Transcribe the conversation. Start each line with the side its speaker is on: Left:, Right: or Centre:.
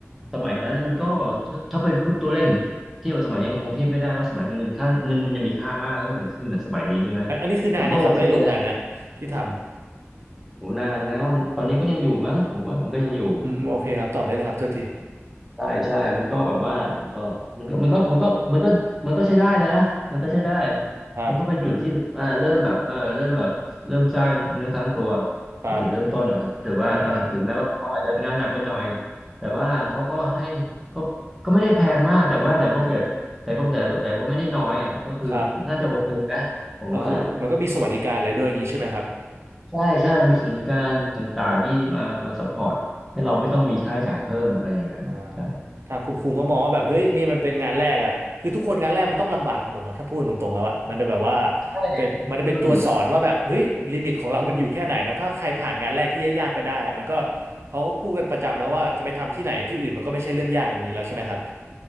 Centre: สมัยนั้นมันก็ถ้าถ้าเป็นพูดตัวเลขถึงเทียบกับสมัยนี้มันคงเทียบไม่ได้ว่าสมัยนั้นเงินค่าเงินมันจะมีค่ามากแล้วเหมือนเหมือนสมัยนี้ใช่ไหม
Right: อันอันนี้คือนานเนี่ยครับไอ้โรงงานเนี่ยที่ทำ
Centre: มันก็โอเคนะโหนานแล้วตอนนี้ก็ยังอยู่มั้งผมว่ามันก็ยังอยู่
Right: อืมโอเคครับต่อได้เลยครับโทษที
Centre: ใช่ใช่ มันก็แบบว่าก็มันก็มันก็มันก็มันก็มันก็ใช้ได้นะมันก็ใช้ได้
Right: ครับ
Centre: มันก็เป็นจุดที่ผมอ่าเริ่มแบบเออเริ่มแบบเริ่มสร้างเนื้อสร้างตัว
Right: ครับ
Centre: เป็นจุดเริ่มต้นนะครับก็ถือว่าเออถึงแม้ว่าเขาอาจจะงานหนักไปหน่อย
Right: อืม
Centre: แต่ว่าเขาก็ให้ก็ก็ไม่ได้แพงมากแต่ว่าแต่ก็เกิดแต่ก็เกิดแต่ก็ไม่ได้น้อยอ่ะก็คือน่าจะโอเคนะผมว่า
Right: ครับก็คือมันก็มีสวัสดิการอะไรด้วยอย่างนี้ใช่ไหมครับ
Centre: ใช่ใช่มีสวัสดิการต่างๆที่มามาซัพพอร์ตให้เราไม่ต้องมีค่าใช้จ่ายเพิ่มอะไรอย่างนั้นใช่
Right: อ่าทางคุณคุงก็มองว่าแบบเฮ้ยนี่มันเป็นงานแรกอ่ะคือทุกคนงานแรกมันต้องลำบากกันหมดเนาะถ้าพูดตรงๆแล้วอ่ะมันจะแบบว่า
Centre: ใช่
Right: เป็นมันจะเป็นตัวสอนว่าแบบเฮ้ยลิมิตของเรามันอยู่แค่ไหนเนาะถ้าใครผ่านงานแรกที่ยากๆไปได้มันก็
Centre: อืม
Right: เขาก็พูดกันประจำแล้วว่าจะไปทำที่ไหนที่อื่นมันก็ไม่ใช่เรื่องยากอย่างนี้แล้วใช่ไหมครับ